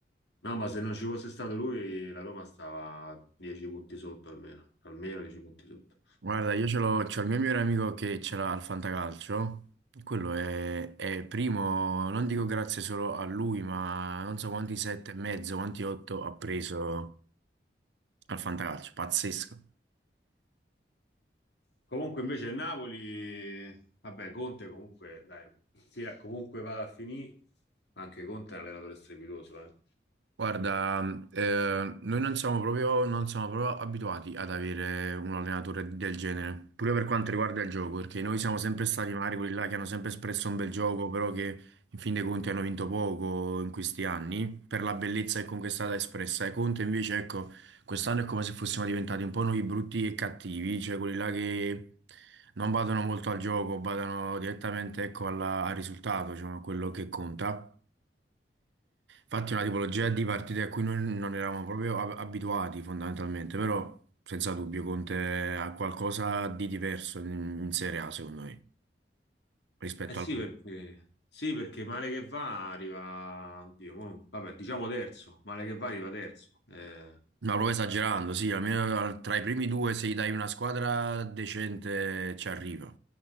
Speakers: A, on the left (about 75°); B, on the right (about 85°).
A: No, ma se non ci fosse stato lui, la Roma stava 10 punti sotto almeno, almeno 10 punti sotto.
B: Guarda, io ce l'ho, c'ho il mio migliore amico che ce l'ha al Fantacalcio. e Quello è, è primo, non dico grazie solo a lui, ma non so quanti sette e mezzo, quanti otto ha preso. Al fantacalcio, pazzesco.
A: Comunque invece il Napoli, vabbè, Conte comunque, dai, sia comunque vada a finire, anche Conte è un allenatore strepitoso, eh.
B: Guarda, eh, noi non siamo proprio, non siamo proprio abituati ad avere un allenatore del genere, pure per quanto riguarda il gioco, perché noi siamo sempre stati magari quelli là che hanno sempre espresso un bel gioco, però che in fin dei conti hanno vinto poco in questi anni, per la bellezza che comunque è stata espressa. E Conte invece, ecco, quest'anno è come se fossimo diventati un po' noi brutti e cattivi, cioè quelli là che non badano molto al gioco, badano direttamente, ecco, alla- al risultato, diciamo, a quello che conta. Infatti è una tipologia di partite a cui noi non eravamo proprio ab- abituati fondamentalmente, però senza dubbio Conte ha qualcosa di diverso in, in Serie A secondo me rispetto
A: Eh sì,
B: al...
A: perché, sì, perché male che va arriva, oddio, mo- vabbè, diciamo terzo, male che va arriva terzo. Eh,
B: Ma proprio esagerando, sì, almeno al- tra i primi due se gli dai una squadra decente ci arriva,